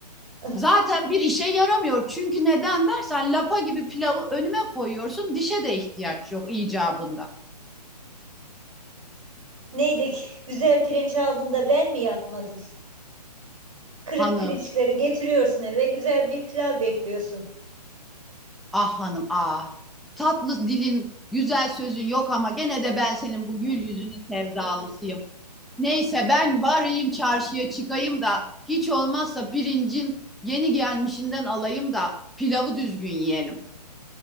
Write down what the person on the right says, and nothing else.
<laughs>
Neydi ki, güzel pirinç aldın da ben mi yapmadım? Kırık
pirinçleri getiriyorsun eve güzel bir pilav bekliyorsun.